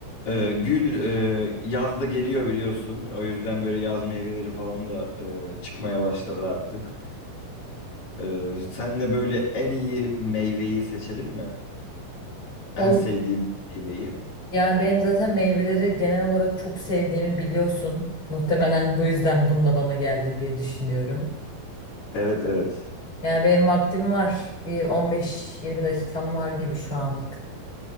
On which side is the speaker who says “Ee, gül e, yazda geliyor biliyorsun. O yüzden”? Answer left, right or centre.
Left